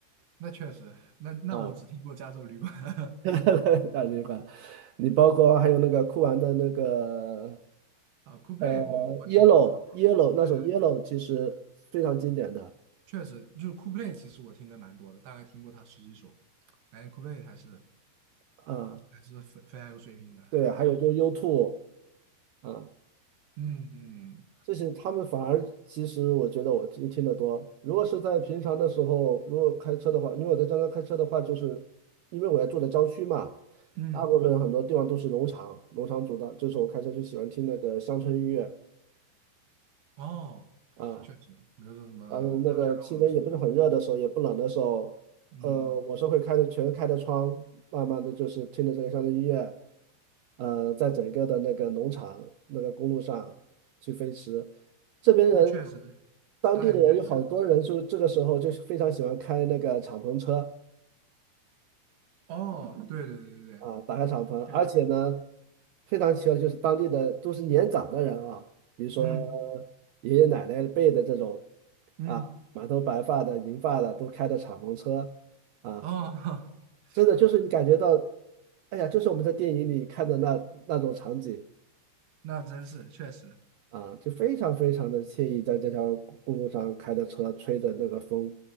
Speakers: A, on the right; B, on the right.
A: 那确实，那那我只听过加州旅馆
B: 啊。
A: <laughs>
B: <laughs> 大嘴巴，你包括还有那个酷玩的那个
A: 啊，酷配我我听过很。
B: 呃 Yellow Yellow 那首
A: 多。
B: Yellow 其实非常经典的
A: 确实，就是 c o l p l a y 其实我听的蛮多的，大概听过他十几首。感觉 o l d p l a y 还是
B: 啊，
A: 还是非非常有水平的。
B: 对，还有就是 u o 啊，
A: 嗯嗯
B: 这些他们反而其实我觉得我听听得多。如果是在平常的时候，如果开车的话，因为我在江南开车的话，就是因为我要住在郊区嘛，
A: 嗯，
B: 大部分很多地方都是农场，农场主的，就是我开车就喜欢听那个乡村音乐。
A: 哦，
B: 啊。
A: 确实，没有说什么他
B: 当然那个气温也不是很热的时候，
A: o 肉了是不是？
B: 也不冷的时候，
A: 嗯，
B: 呃，我是会开着全开着窗，慢慢的就是听着这个乡村音乐，呃，在整个的那个农场那个公路上去飞驰。这边人，
A: 那确实，
B: 当地的人有好多人就这个时候就是非常喜欢开那个敞篷车。
A: 那很感哦，对对对对对，
B: 啊，打开敞篷，而且呢，
A: 确实。
B: 非常奇怪的就是当地的都是年长的人啊，比如说
A: 嗯
B: 爷爷奶奶辈的这种
A: 嗯，
B: 啊，满头白发的、银发的都开着敞篷车啊，
A: 哦，<laughs>
B: 真的就是你感觉到，哎呀，就是我们在电影里看的那那种场景
A: 那真是确实。
B: 啊，就非常非常的惬意，在这条公路上开着车，吹着那个风，